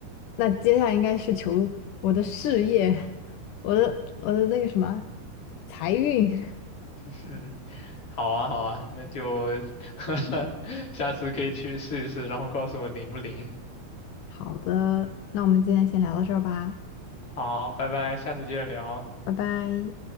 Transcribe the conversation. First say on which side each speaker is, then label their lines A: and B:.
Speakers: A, on the left (about 70°); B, on the left (about 35°).
A: 那接下来应该是求我的事业，我的我的那个什么财运。<laughs>
B: <laughs> 好啊好啊，那就 <laughs> 下次可以去试一试，然后告诉我灵不灵。
A: 好的，那我们今天先聊到这儿吧，
B: 好，拜拜，下次接着聊。
A: 拜拜。